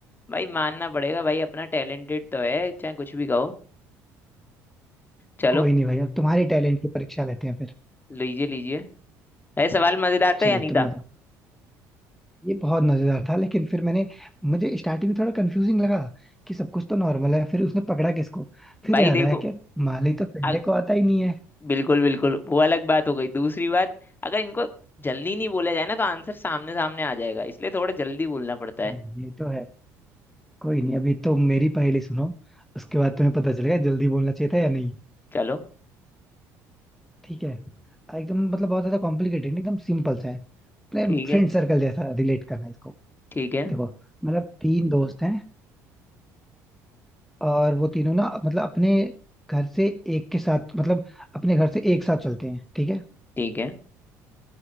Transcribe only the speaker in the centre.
कोई नहीं भाई अब तुम्हारे टैलेंट की परीक्षा लेते हैं फिर
चलो
तुम
बताओ ये बहुत मजेदार था लेकिन फिर मैंने मुझे स्टार्टिंग में थोड़ा कंफ्यूजिंग लगा कि सब कुछ तो नॉर्मल है फिर उसने पकड़ा किसको फिर
याद
आया कि माली तो संडे
को आता ही नहीं है
हाँ ये तो है कोई नहीं अभी तो मेरी पहेली सुनो उसके बाद तुम्हें पता चलेगा जल्दी बोलना चाहिए था या नहीं
ठीक है एकदम मतलब बहुत ज्यादा कॉम्प्लिकेटेड नहीं एकदम सिंपल सा है अपने
फ्रेंड
सर्कल जैसा रिलेट करना है इसको
देखो मतलब तीन दोस्त हैं और वो तीनों ना मतलब अपने घर से एक के साथ मतलब अपने घर से एक साथ चलते हैं ठीक है